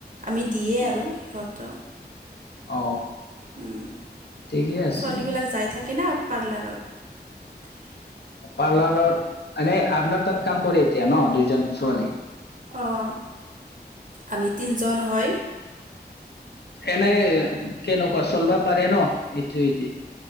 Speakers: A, on the right; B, on the left.
A: আমি দিয়ে
B: অ
A: আৰু সিহঁতক।
B: অ
A: উম,
B: ঠিকে আছে
A: ছোৱালীবিলাক যায় থাকে না পাৰ্লাৰত।
B: পাৰ্লাৰত, এনে আপোনাৰ তাত কাম কৰে এতিয়া ন' দুইজন ছোৱালী?
A: অ', আমি তিনিজন হয়।
B: এনে কেনেকুৱা চলবা পাৰে ন' এইটোৱে দি?